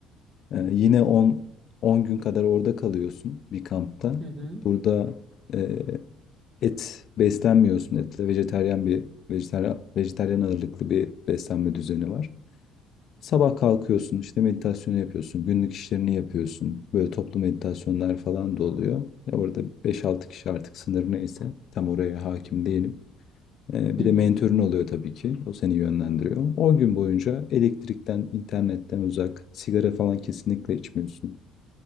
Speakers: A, on the left; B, on the right.
A: e, yine 10 10 gün kadar orada kalıyorsun bir kampta.
B: Hı hı.
A: Burada e, Et beslenmiyorsun etle. Vejetaryen bir vejetaryen, vejetaryen ağırlıklı bir beslenme düzeni var. Sabah kalkıyorsun, işte meditasyonu yapıyorsun, günlük işlerini yapıyorsun. Böyle toplu meditasyonlar falan da oluyor. Ya orada 5-6 kişi artık sınır neyse tam oraya hakim değilim. Ee,
B: Hı
A: bir
B: hı.
A: de mentörün oluyor tabii ki. O seni yönlendiriyor. 10 gün boyunca elektrikten, internetten uzak, sigara falan kesinlikle içmiyorsun.